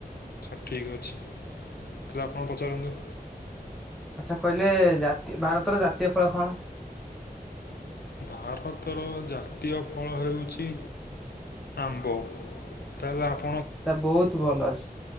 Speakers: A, on the left; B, in the centre.
A: ତ ଠିକ୍ ଅଛି, ତାହେଲେ ଆପଣ ପଚାରନ୍ତୁ।
B: ଆଚ୍ଛା କହିଲେ, ଜାତୀୟ ଭାରତର ଜାତୀୟ ଫଳ କଣ?
A: ଭାରତର ଜାତୀୟ ଫଳ ହେଉଛି ଆମ୍ବ। ତାହେଲେ ଆପ
B: ତା ବହୁତ ଭଲ ଅଛି।